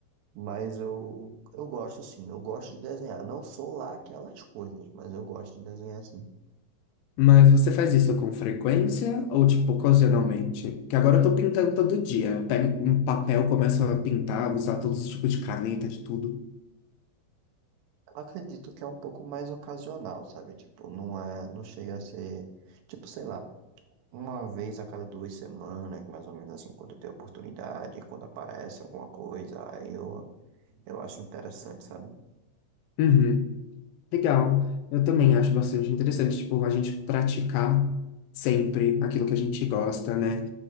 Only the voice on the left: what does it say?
Mas você faz isso com frequência ou tipo ocasionalmente? Que agora eu tô pintando todo dia. Eu pego um papel, começo a pintar, usar todos os tipos de caneta, de tudo.
Uhum. Legal. Eu também acho bastante interessante, tipo, a gente praticar sempre aquilo que a gente gosta, né?